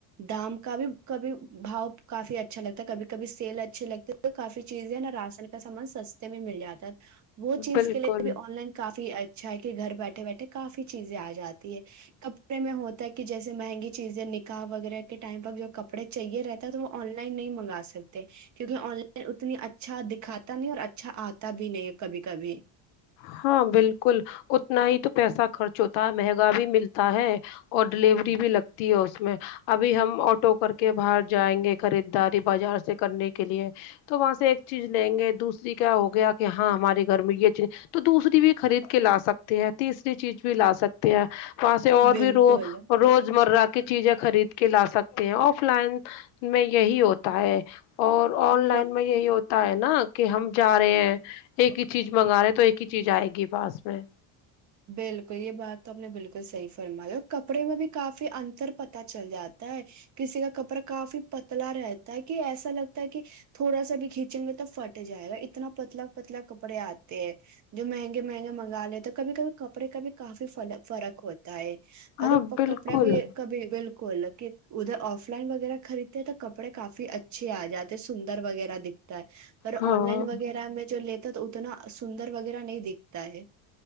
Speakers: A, on the right; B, on the left.
A: دام کا بھی کبھی بھاؤ کافی اچھا لگتا ہے کبھی کبھی سیل اچھے لگتے ہیں تو کافی چیزیں ہیں نا رشن کا سامان سستے میں مل جاتا ہے وہ چیز
B: بالکل
A: کے لیے بھی آن لائن کافی ا اچھا ہے کہ گھر بیٹھے بیٹھے کافی چیزیں آ جاتی ہے کپڑے میں ہوتا ہے کہ جیسے مہنگی چیزیں نکاح وغیرہ کے ٹائم پر جو کپڑے چاہیے رہتا ہے تو وہ آن لائن نہیں منگا سکتے کیونکہ آن لائن اتنی اچھا دکھاتا نہیں اور اچھا آتا بھی نہیں کبھی کبھی
B: ہاں بالکل اتنا ہی تو پیسہ خرچ ہوتا ہے مہنگا بھی ملتا تا ہے اور ڈیلیوری بھی لگتی ہے اس میں ابھی ہم آٹو کر کے باہر جائیں گے خریداری بازار سے کرنے کے لیے تو وہاں سے ایک چیز لیں گے دوسری کیا ہو گیا کہ ہاں ہمارے گھر میں یہ چی تو دوسری بھی خرید کے لا سکتے ہیں تیسری چیز بھی لا سکتے ہیں پس اور
A: بالکل
B: بھی رو روز مرہ کے چیزیں خرید کے لا سکتے ہیں آف لائن میں یہی ہوتا ہے اور
A: اب
B: آن لائن
A: سب
B: میں یہی ہوتا تیناک کہ ہم جا رہے ہیں ایک ہی چیز منگ رہے ہیں تو ایک کی چیز آئے گی پاس میں
A: بالکل یہ بات تو آپ نے بالکل صحیح فرمائی اور کپڑے میں بھی کافی انتر پت چل جاتا ہے کسی کا کپڑا کافی پتلا رہتا ہے کہ ایسا لگتا ہے کہ تھوڑا سا بھی کھینچیں گے تو پھٹ جائے گا اتنا پتلا پتلا کپڑے آتے ہیں جو مہنگے مہنگے مگا لے تو کبھی کبھی کپڑے کا بھی کافی فرق ہوتا ہے
B: ہاں
A: مب
B: بالکل
A: کپڑے بھی کب بالکل کہ ادھر آف لائن وغیرہ خریدتے تو کپڑے کافی اچھے آ جاتے سندر وغیرہ دکھتے پر
B: ہاں
A: آن لائن وغیرہ میں جو ل تو اتنا سندر وغیرہ نہیں دیککھتا ہے